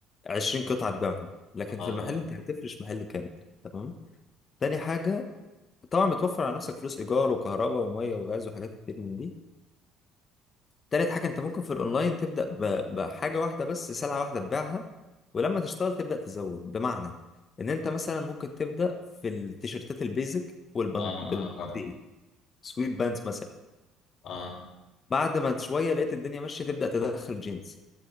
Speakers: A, on the left; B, on the left.
A: 20 قطعه تبيعهم لكن
B: اه
A: في المحل
B: فاهم
A: انت هتفرش محل كامل تمام تاني حاجه طبعا بتوفر على نفسك فلوس ايجار وكهرباء وميه وغاز وحاجات كتير من دي تالت حاجة انت ممكن في الاونلاين تبدأ ب- بحاجة واحدة بس سلعة واحدة تبيعها ولما تشتغل تبدأ تزود بمعنى ان انت مثلا ممكن تبدأ في التيشيرتات البيزك والبناطيل
B: اه اه فاهم
A: سويت بانز مثلا
B: اه
A: بعد ما شوية لقيت الدنيا ماشية تبدأ تدخل جينز